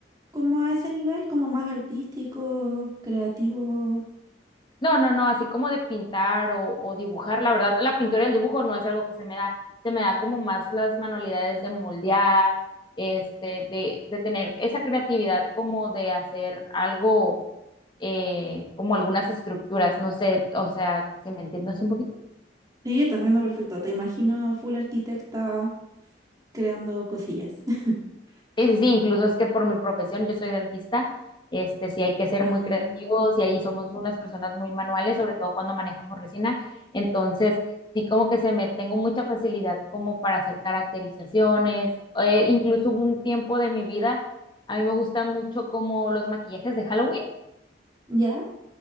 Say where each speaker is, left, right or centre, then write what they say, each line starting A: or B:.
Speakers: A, on the right; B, on the left.
A: como a ese nivel, como más artístico, creativo?
B: No, no, no, así como de pintar o, o dibujar, la verdad, la pintura y el dibujo no es algo que se me da, se me da como más las manualidades de moldear, este, de, de tener esa creatividad como de hacer algo, eh, como algunas estructuras, no sé, o sea, si me entiendes un poquito.
A: Sí, te entiendo perfecto. Te imagino full arquitecta creando cosillas. <laughs>
B: Sí, sí, sí, incluso es que por mi profesión, yo soy dentista, este, sí hay que ser
A: Ah,
B: muy creativos y ahí somos unas personas muy manuales, sobre todo cuando manejamos resina. Entonces, sí como que se me tengo mucha facilidad como para hacer caracterizaciones, eh, incluso un tiempo de mi vida, a mí me gustan mucho como los maquillajes de Halloween.
A: ya,